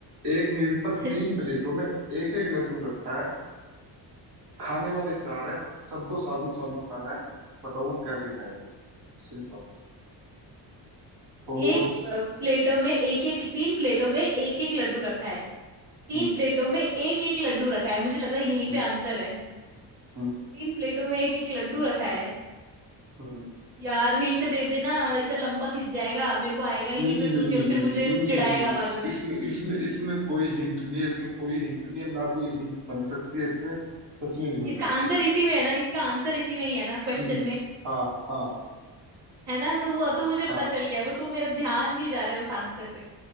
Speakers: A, on the right; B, on the right.
A: एक मेज पर
B: हम्म।
A: तीन
B: <laughs>
A: प्लेटों में एक एक लड्डू रखा है खाने वाले चार है सबको साबुत साबुत खाना है बताओ वो कैसे खाएंगे सिंपल और
B: एक अ, प्लेटों में एक एक तीन प्लेटों में एक एक लड्डू रखा है तीन
A: हम्म,
B: प्लेटों में एक एक लड्डू रखा है मुझे लग रहा है यहीं
A: हम्म,
B: पे आंसर है
A: हम्म,
B: तीन प्लेटों में एक एक लड्डू रखा है
A: हम्म।
B: यार हिंट दे देना इतना लंबा खिंच जाएगा मेरे को आएगा ही
A: नहीं
B: नहीं
A: नहीं
B: फिर तो
A: नहीं
B: क्या-
A: नहीं
B: फिर
A: नहीं
B: मुझे
A: नहीं नहीं
B: चिढ़ाएगा
A: नहीं नहीं।
B: बाद में
A: इसमें इसमें इसमें कोई हिंट नहीं है इसमें कोई हिंट नहीं है ना कोई हिंट बन सकती है इसमें सच में नहीं बन
B: इसका
A: सकती
B: आंसर इसी में है ना इसका आंसर इसी में ही है ना क्वेश्चन
A: हम्म
B: में
A: हाँ हाँ
B: है ना तो वो तो मुझे पता
A: हाँ
B: चल गया है बस वो मेरा ध्यान नहीं जा रहा है उस आंसर पे